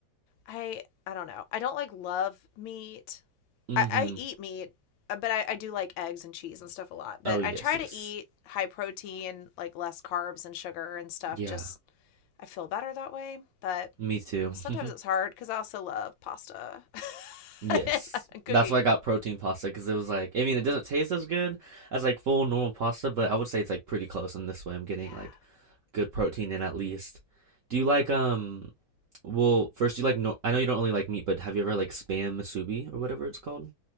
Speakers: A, on the left; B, on the right.
A: I I don't know. I don't like love meat.
B: Mm-hmm.
A: I, I eat meat, uh, but I, I do like eggs and cheese and stuff a lot. But
B: Oh yes,
A: I try to
B: yes.
A: eat high protein, like less carbs and sugar and stuff.
B: Yeah.
A: Just I feel better that way. But
B: Me too.
A: sometimes
B: <laughs>
A: it's hard because I also love pasta <laughs>
B: Yes.
A: and uh, cookies.
B: That's why I got protein pasta because it was like, I mean, it doesn't taste as good as like full normal pasta, but I would say it's like pretty close. And this way, I'm getting
A: Yeah.
B: like good protein in at least. Do you like, um, well, first, do you like, no, I know you don't really like meat, but have you ever like spam musubi or whatever it's called?